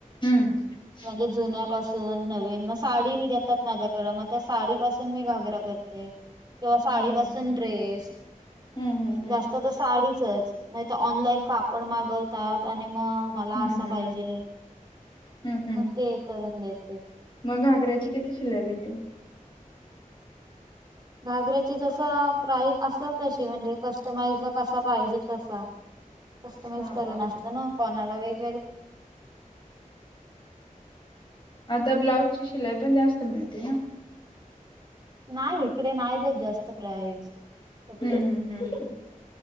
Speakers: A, on the left; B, on the right.
A: <unintelligible>
B: म्हणजे जुन्यापासून नवीन मग साडी देतात माझ्याकड मग त्या साडीपासून मी घागरा करते. किंवा साडी
A: ह ह
B: पाासून
A: ह
B: ड्रेस
A: हम्म हम्म हम्म
B: जास्त तर साडीत नाहीतर ऑनलाईन कापड मागवतात आणि मग मला
A: हम्म
B: असा
A: हम्म
B: पाहिजे
A: हम्म हम्म हम्म
B: मग ते करून देत
A: मग घागऱ्याची किती शिलाई घेते?
B: घागऱ्याची जस प्राईस असेल तशी म्हणजे कस्टमाइज ला कसा पाहिजे तसा कस्टमाइज
A: हा
B: करून
A: हा
B: असत ना कोणाला वेग
A: आता ब्लाउज ची शिलाई पण जास्त मिळते ना?
B: नाही इकडे नाही देत जास्त प्राईज. कुठ
A: हम्म हम्म हम्म...